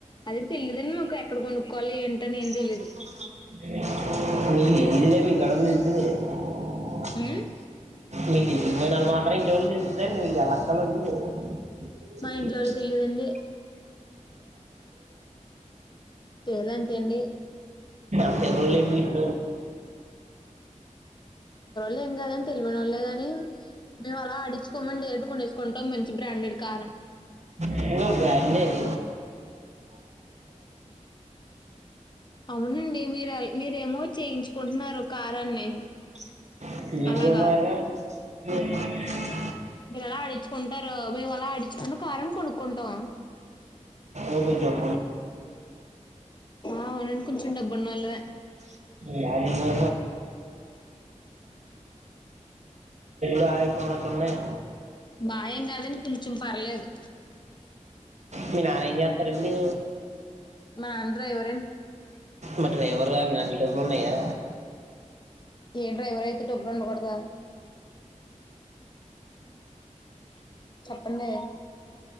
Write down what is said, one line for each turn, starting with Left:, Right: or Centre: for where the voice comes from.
Left: అదె తెలియదండి నాకు ఎక్కడ కొనుక్కవాలి ఏం
Right: <inaudible> <unintelligible>
Left: తెలీదు ఉమ్
Right: మాత్రమే <unintelligible> యలా <unintelligible>
Left: మా ఇంట్లో వాళ్ళు తెలియదండి తేల్ అంటే ఎంది.
Right: ఎవరులేని <inaudible>
Left: తేం కాదని తెలవనోళ్లేగాని మేము అలా ఆడిచుకోమండి డైరెక్ట్ కొనేసు కొంటాం మంచి బ్రాండెడ్ కారం.
Right: ఇది కూడా బ్రాండే <inaudible>
Left: అవునండి మీరు మీరేమో చేయించుకుంటున్నారు కారాన్ని.
Right: చేయి
Left: అలాగా
Right: <inaudible>
Left: మీరలా ఆడించుకుంటారు. మేము అలా ఆడించుకున్న కారం కొనుక్కుంటాం.
Right: ఓ మీ డబ్బులు
Left: అవును అండి కొంచెం డబ్బున్నోళ్ళ మే
Right: <inaudible> డబ్బులు బాఎక్కువ ఉన్నటున్నయి.
Left: బాయేం కాదండి కొంచం పర్లేదు.
Right: మీ నాన్నెంచేతారండి?
Left: మా డ్రైవర్ అండి.
Right: మరి డ్రైవర్ గారేనా అన్ని డబ్బులున్నయా.
Left: ఏ డ్రైవర్ అయితే డబ్బులు ఉండకూడదా. చెప్పండీ.